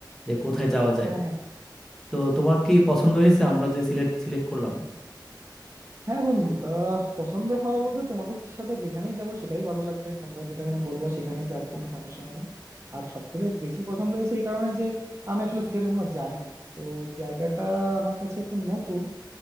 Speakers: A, in the centre; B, on the right.
A: যে কোথায় যাওয়া যায়
B: হ্যাঁ হ্যাঁ
A: তো তোমার কি পছন্দ হয়েছে আমরা যে সিলেক্ট সিলেক্ট করলাম
B: হ্যাঁ বন্ধু আহ পছন্দ হওয়া বলতে তোমাদের সাথে যেখানেই যাব সেটাই ভালো লাগবে তোমরা যেটাখানে বলবা সেখানেই যাব কোনো সমস্যা নাই আর সব থেকে বেশি পছন্দ হয়েছে এই কারণে যে আমি আসলে সিলেটে কখনো যাই নাই তো জায়গাটা আমার কাছে একটু নতুন